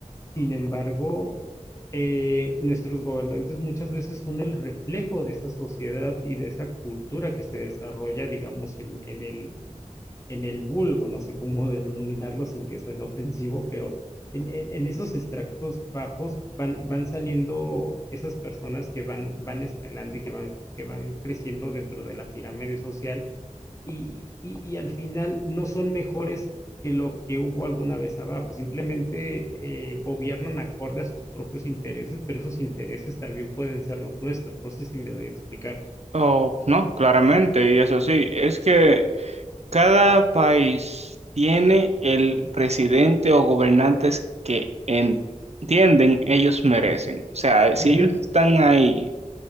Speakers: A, on the left; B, on the right.
A: Sin embargo, eh, nuestros gobernantes muchas veces son el reflejo de esa sociedad y de esa cultura que se desarrolla, digamos, en, en el, en el vulgo, no sé cómo <laughs> denominarlo sin que suene ofensivo, pero en, en- en esos extractos bajos van, van saliendo esas personas que van, van escalando y que van, que van creciendo dentro de la pirámide social y, y- y al final no son mejores que lo que hubo alguna vez abajo, simplemente eh, gobiernan acorde a sus propios intereses, pero esos intereses también pueden ser los nuestros, no sé si me doy a explicar.
B: Oh, no, claramente, y eso sí, es que Cada país tiene el presidente o gobernantes que entienden ellos merecen. O sea, si
A: Ujú,
B: ellos están ahí,